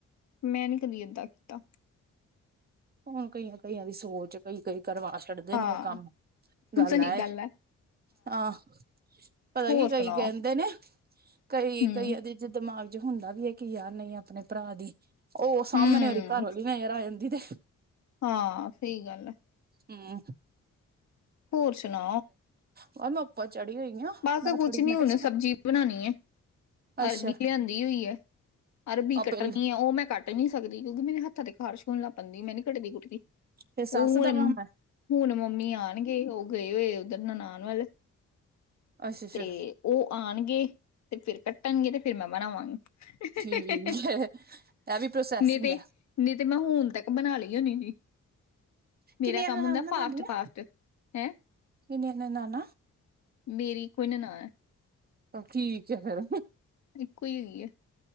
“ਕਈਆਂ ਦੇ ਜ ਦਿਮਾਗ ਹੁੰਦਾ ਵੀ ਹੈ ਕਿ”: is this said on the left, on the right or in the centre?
Right